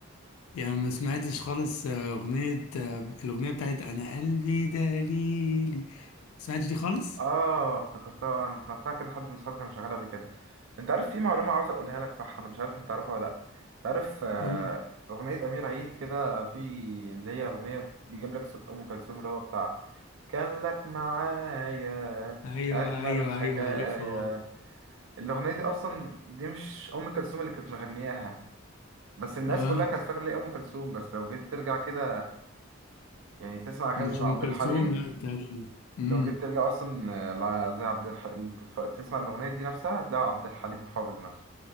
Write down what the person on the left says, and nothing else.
يعني ما سمعتش خالص آه، اغنيه آه، الاغنيه بتاعت انا قلبي دليلي ما سمعتش دي خالص
قول لي.
ايوه
ايوه
ايوه عارفها اه
آه.
مش
ام كلثوم
لا تقريبا امم